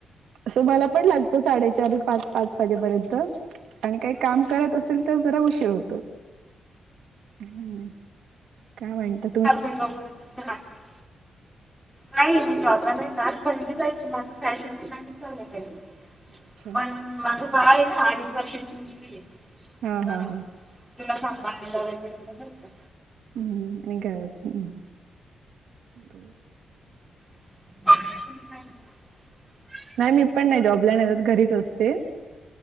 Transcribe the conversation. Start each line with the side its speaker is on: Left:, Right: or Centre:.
Right: असं मला पण लागतं साडेचार पाच पाच वाजेपर्यंत आणि काय काम करत असेल तर जरा उशीर होत. हम्म काय म्हवंता
Centre: <unintelligible> जो पर्यंत चहा पी नाही मी जॉबला नाही जात पहिली जायची माझं फॅशन डिझाईनिगं झालेलयं
Right: अच्छा
Centre: पण माझं बाळ ये ना अडीच वर्षाची मुलगी ये
Right: हा हा
Centre: तर
Right: हा
Centre: तिला सांभाळाला वगैरे म नाय का
Right: हम्म आणि घरातपण बर
Centre: तुम्ही काय करता.
Right: नाय मी पण नाय जॉबला नाय जात घरीच असते.